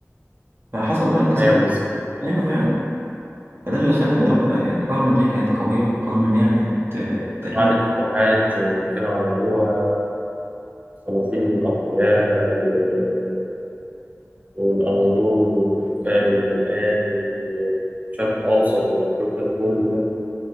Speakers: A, on the right; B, on the right.
A: فحصل بقى انقسام
B: أيوه بالظبط
A: أيوة فعلا فده اللي خلى الدولة
B: بالظبط.
A: رغم إن هي كانت قوية ورغم إن هي كانت آه، تقريبا
B: بعد الفتوحات اللي كانوا عملوها السلاطين الأقوياء و- والأناضول والبلقان والبلقان والشرق الأوسط وأفريقيا كل ده